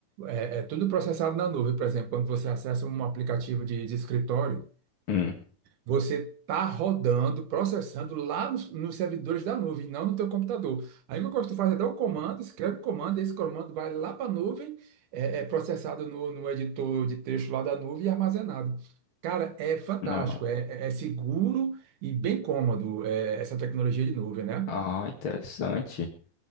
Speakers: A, on the right; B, on the left.
A: É, é tudo processado na nuvem. Por exemplo, quando você acessa um aplicativo de, de escritório,
B: Hum,
A: você está rodando, processando lá nos, nos servidores da nuvem, não no teu computador. Aí o que eu faz é dar um comando, escreve o comando, esse comando vai lá para a nuvem, é, é processado no, no editor de texto lá da nuvem e armazenado. Cara, é fantástico,
B: não.
A: é, é- é seguro e bem cômodo, é, essa tecnologia de nuvem, né?
B: Ah, interessante.